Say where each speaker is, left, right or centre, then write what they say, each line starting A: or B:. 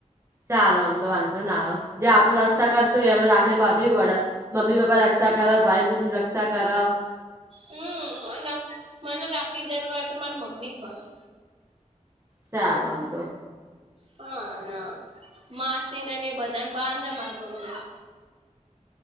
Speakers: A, on the right (about 20°); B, on the right (about 45°).
A: ચાલ આમ તો વાંધો ના આવ જે આપડું રક્ષા કરતું હોય એમને રાખડી બાંધવી પડ મમ્મી પપ્પા રક્ષા કર ભાઈ બુન રક્ષા કર
B: હમ અને મને રાખડી દર વર્ષે તો માર મમ્મી જ બાંધે
A: ચાલ આમ તો
B: હા ના માસીનેને બધાને બાંધે માર મમ્મી